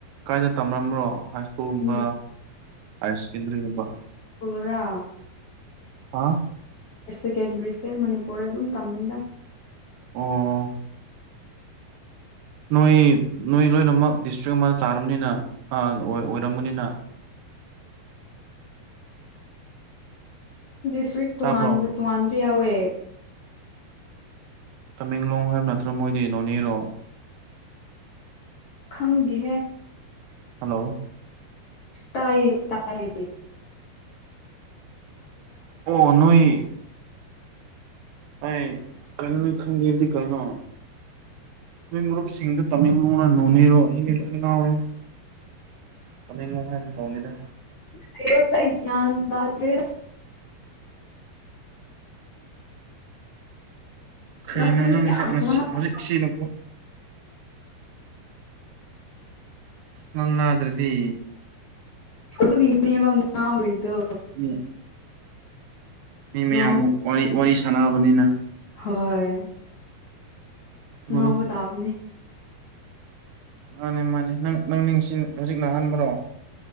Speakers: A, on the right; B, on the left.
A: ꯀꯥꯏꯗ ꯇꯝꯂꯝꯝꯕ꯭ꯔꯣ ꯍꯥꯏ ꯁ꯭ꯀꯨꯜꯒꯨꯝꯕ
B: ꯅ
A: ꯍꯥꯏꯔ ꯁꯦꯀꯦꯟꯗꯔꯤꯒꯨꯝꯕ
B: ꯄꯨꯥ ꯔ
A: ꯍꯥ
B: ꯁꯦꯀꯦꯟꯗ꯭ꯔꯤꯁꯦ ꯃꯅꯤꯄꯨꯔꯗ ꯑꯗꯨꯝ ꯇꯝꯅꯤꯗ
A: ꯑꯣ ꯅꯣꯏ ꯅꯣꯏ ꯂꯣꯏꯅꯃꯛ ꯗꯤꯁꯇ꯭ꯔꯤꯛ ꯑꯃꯗ ꯇꯥꯔꯕꯅꯤꯅ ꯑꯣꯏꯔꯝꯕꯅꯤꯅ
B: ꯏꯁ꯭ꯔꯤ ꯇꯣꯉꯥꯟꯕ
A: ꯇꯥꯕ꯭ꯔꯣ
B: ꯇꯣꯉꯥꯟꯕꯁꯨ ꯌꯥꯎꯋꯦ
A: ꯇꯃꯦꯡꯂꯣꯡ ꯍꯥꯏꯕ ꯅꯠꯇ꯭ꯔꯒ ꯃꯣꯏꯗꯤ ꯅꯣꯅꯦꯔꯣ
B: ꯈꯪꯗꯤꯍꯦ
A: ꯍꯜꯂꯣ
B: ꯇꯥꯏꯌꯦ ꯇꯌꯦ
A: ꯑꯣ ꯅꯣꯏ ꯇꯥꯏꯌꯦ ꯀꯅ ꯈꯪꯒꯦꯗꯤ ꯀꯅꯣ ꯃꯤ ꯃꯔꯨꯔꯨꯞꯁꯤꯡꯗꯨ ꯇꯃꯦꯡꯂꯣꯡꯅ ꯅꯣꯅꯤꯔ ꯉꯋ ꯇꯃꯦꯡ ꯅꯨꯡ ꯍꯥꯏꯕ ꯇꯧꯅꯤꯗ
B: ꯑꯩꯔꯣ ꯇꯒ꯭ꯌꯥꯟꯗꯗ꯭ꯔꯦ
A: ꯀꯩꯅꯣ
B: ꯅꯪ
A: ꯅꯪꯁꯦ
B: ꯌꯥꯝ
A: ꯉꯁꯤ
B: ꯉꯥꯎ
A: ꯍꯧꯖꯤꯛ ꯁꯤꯅꯀꯣ ꯅꯟꯅ ꯑꯗꯨ꯭ꯔꯗꯤ
B: ꯑꯗꯨ ꯏꯕ ꯉ ꯎꯔꯤꯗꯣ
A: ꯃꯤ ꯃꯤ ꯃꯌꯥꯝ
B: ꯉꯥꯎꯕꯅꯦ
A: ꯋꯥꯔꯤ ꯋꯥꯔꯤ ꯁꯥꯟꯅꯕꯅꯤꯅ
B: ꯍꯣꯏ
A: ꯃꯔꯨꯞ
B: ꯑ ꯎ ꯇꯥꯕꯅꯤ
A: ꯃꯥꯅꯦ ꯃꯥꯅꯦ ꯅꯪ ꯅꯪꯁꯤ ꯍꯧꯖꯤꯛ ꯅꯥꯍꯟꯕ꯭ꯔꯣ